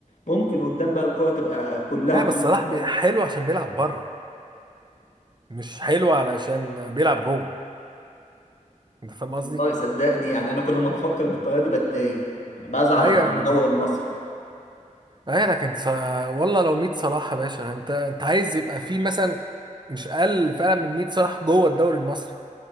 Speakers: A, on the left; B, on the right.
A: ممكن قدام بقى الكرة تبقى كلها
B: <laughs> اه
A: محمد
B: بس صلاح
A: صلاح
B: بي- حلو عشان بيلعب بره مش حلو علشان بيلعب جوه انت فاهم قصدي؟
A: والله صدقني يعني انا كل ما بفكر بالطريقة دي بتضايق بزعل
B: ايوه
A: على الدوري
B: يعني
A: المصري
B: ايوه لكن ص... والله لو 100 صلاح يا باشا انت انت عايز يبقى في مثلا مش اقل فعلا من 100 صلاح جوه الدوري المصري